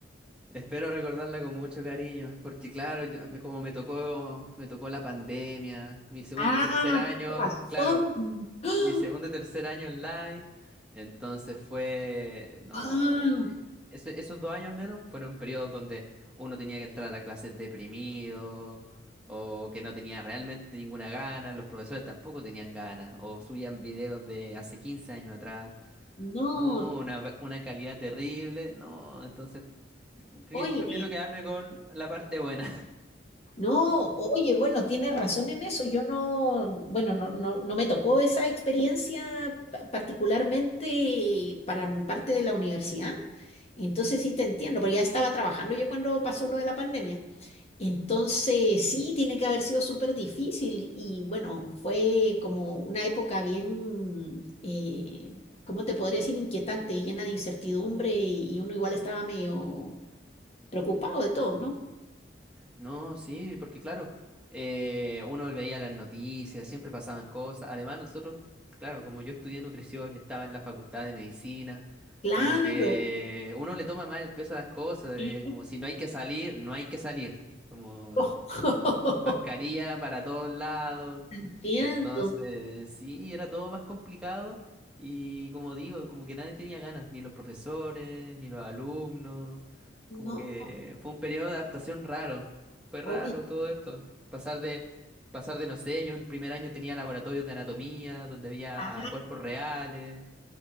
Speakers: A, in the centre; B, on the left (about 35°).
A: Espero recordarla con mucho cariño, porque claro, yo- me- como me tocó, me tocó la pandemia, mi segundo
B: Ah,
A: y tercer año,
B: tienes razón.
A: claro,
B: <gasps> ¡Ah!
A: mi segundo y tercer año online, entonces fue, no,
B: ¡Ah!
A: eh, ese- esos dos años al menos fueron periodos donde uno tenía que entrar a clases deprimido o que no tenía realmente ninguna gana, los profesores tampoco tenían ganas o subían videos de hace 15 años atrás,
B: No,
A: no, una, va- una calidad terrible, no, entonces que-
B: oye.
A: prefiero quedarme con la parte buena.
B: No, oye, bueno, tienes razón en eso. Yo no, bueno, no, no, no me tocó esa experiencia pa- particularmente para mi parte de la universidad. Entonces sí te entiendo, pero ya estaba trabajando yo cuando pasó lo de la pandemia. Entonces sí, tiene que haber sido súper difícil y bueno, fue como una época bien, eh, ¿cómo te podría decir? Inquietante, llena de incertidumbre y uno igual estaba medio preocupado de todo, ¿no?
A: No, sí, porque claro, eh, uno veía las noticias, siempre pasaban cosas. Además, nosotros, claro, como yo estudié nutrición, ya estaba en la facultad de medicina,
B: Claro.
A: como que uno le toma mal el peso a las cosas,
B: Sí.
A: es como si no hay que salir, no hay que salir. Como
B: <laughs>
A: mascarilla para todos lados.
B: Entiendo.
A: Entonces, sí, era todo más complicado y como digo, como que nadie tenía ganas, ni los profesores, ni los alumnos,
B: No,
A: como que fue un periodo de adaptación raro, fue
B: oye.
A: raro todo esto, pasar de, pasar de, no sé, yo en el primer año tenía laboratorios de anatomía, donde había
B: Ah,
A: ah, cuerpos reales,